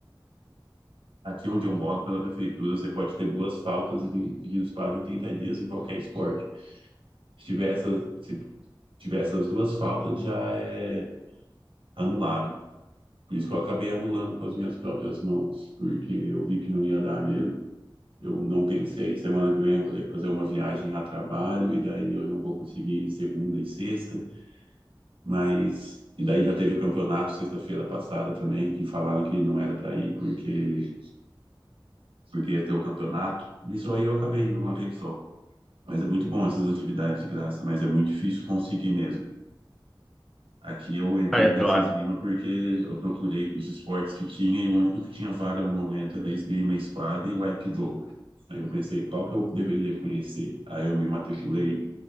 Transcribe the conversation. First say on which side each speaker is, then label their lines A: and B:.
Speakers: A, on the right; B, in the centre.
A: Aqui onde eu moro, pela prefeitura, você pode ter duas faltas e pedir espaço de 30 dias em qualquer esporte. Se tiver essas, se tiver essas duas faltas, já é anulado. Por isso que eu acabei anulando com as minhas próprias mãos, porque eu vi que não ia dar mesmo. Eu não pensei, semana que vem eu vou ter que fazer uma viagem a trabalho, e daí eu não vou conseguir segunda e sexta, mas. E daí já teve o campeonato sexta-feira passada também, que falaram que não era para ir porque, porque ia ter o campeonato. Nisso aí eu acabei indo uma vez só. Mas é muito bom essas atividades de graça, mas é muito difícil conseguir mesmo. Aqui eu entrei
B: Ah,
A: nessa
B: eu acho
A: esgrima porque eu procurei os esportes que tinha e o único que tinha vaga no momento era esgrima, espada e o aikido. Aí eu pensei, qual que eu deveria conhecer? Aí eu me matriculei